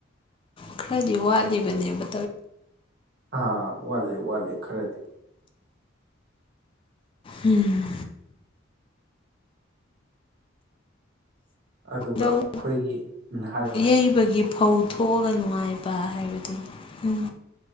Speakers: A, on the left; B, on the right.
A: ꯈꯔꯗꯤ ꯋꯥꯂꯤꯕꯅꯤ ꯗ
B: ꯑꯥ ꯋꯥꯠꯂꯦ ꯋꯥꯠꯂꯦ ꯈꯔꯗꯤ
A: ꯎꯝ
B: ꯑꯗꯨꯒ
A: ꯂꯧ
B: ꯑꯩꯈꯣꯏꯒꯤꯅ ꯍꯥꯏꯌꯣ ꯍꯥꯏꯌꯣ
A: ꯌꯩꯕꯒꯤ ꯐꯧ ꯊꯣꯛꯑꯒ ꯅꯨꯡꯉꯥꯏꯕ ꯍꯥꯏꯕꯗꯨꯅꯤ ꯎꯝ